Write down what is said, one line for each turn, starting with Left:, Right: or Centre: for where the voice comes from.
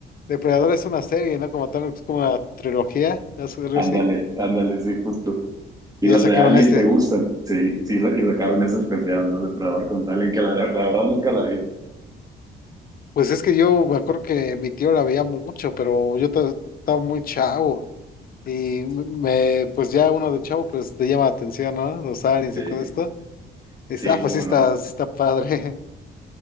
Left: Depredador es una serie, ¿no? Como tal, es como una trilogía, es algo
Right: Ándale,
Left: así.
Right: ándale, sí, justo. Y
Left: Y
Right: las
Left: ya sacaron
Right: de Alien
Left: ese.
Right: te gustan. Sí, sí, y sacaron ese especial, ¿no? Depredador con Alien, que la, la verdad nunca la vi.
Left: Pues es que yo me acuerdo que mi tío la veía mucho, pero yo ta- estaba muy chavo. Y me, pues ya uno de chavo, pues te llama la atención, ¿no? Los aliens
Right: Sí,
Left: y todo esto. Dice,
Right: sí,
Left: ah,
Right: cómo
Left: pues sí está,
Right: no.
Left: sí está padre. <laughs>